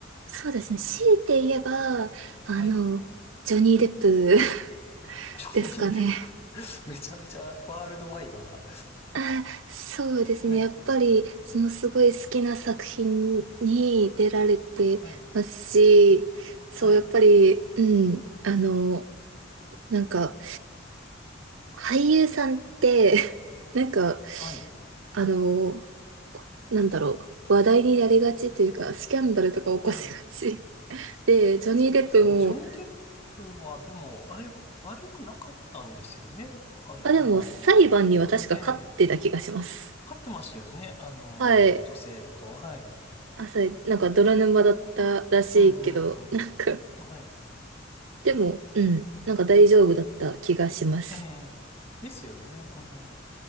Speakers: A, on the right; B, on the left.
A: そうですね。強いて言えば、あの、
B: はい。
A: ジョニー・デップ <laughs>
B: ジョニー・
A: ですかね。
B: デップ。<laughs> めちゃめちゃワールドワイドな。
A: <laughs> あ、そうですね。やっぱり、
B: は
A: そのすごい好きな作品に出られてますし、
B: い。ええはい。ええはい。
A: そう、やっぱり、うん、あの、なんか、俳優さんって、<laughs> なんか、
B: はい。
A: あの、なんだろう、話題になりがちというか、スキャンダルとか起こしがち。
B: ええ
A: <laughs> で、ジョニー・
B: そうですよね。
A: デップも、
B: ジョニー・テップは、でも、あれ、悪くなかったんですよね。あれ、
A: あ、
B: あの、
A: でも裁判には確か勝ってた気がします。
B: ええ勝ってましたよね。あの、
A: はい。
B: 女性と。はい。
A: あ、それ、なんか泥沼だったらしいけど、
B: うんうん
A: なんか、
B: うん。はい。
A: でも、うん、なんか大丈夫だった気がします。
B: ええですよね。うん。